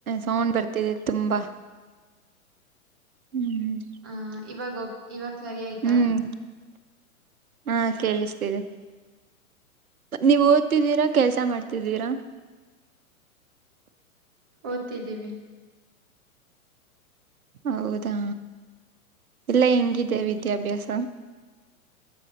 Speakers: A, on the right; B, on the right.
A: ಸೌಂಡ್ ಬರ್ತಿದೆ ತುಂಬಾ ಹ್ಮ್
B: ಹ ಇವಾಗ ಹೋಗ ಇವಾಗ ಸರಿ ಆಯ್ತಾ
A: ಹ್ಮ್ ಹಾ ಕೇಳಿಸ್ತೀರಿ ನೀವು ಓದ್ತಿದ್ದೀರಾ ಕೆಲ್ಸ ಮಾಡ್ತಿದ್ದೀರಾ
B: ಓದ್ತಿದ್ದೀವಿ
A: ಹೌದಾ ಇಲ್ಲ ಹೆಂಗಿದೆ ವಿದ್ಯಾಭ್ಯಾಸ